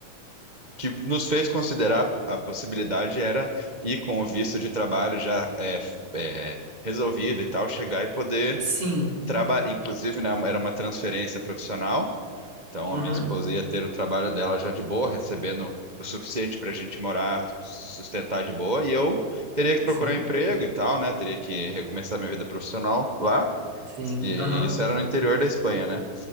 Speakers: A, on the right (about 65°); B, on the right (about 45°).
A: que nos fez considerar a possibilidade era ir com o visto de trabalho já é, f- é, resolvido e tal, chegar e poder
B: Sim.
A: trabalhar. Inclusive, né, era uma transferência profissional, então
B: Uhum.
A: a minha esposa ia ter o trabalho dela já de boa, recebendo o suficiente para a gente morar, se sustentar de boa, e eu teria que procurar
B: Sim.
A: emprego e tal, né? Teria que recomeçar minha vida profissional lá.
B: Sim.
A: E
B: Aham.
A: isso era no interior da Espanha, né?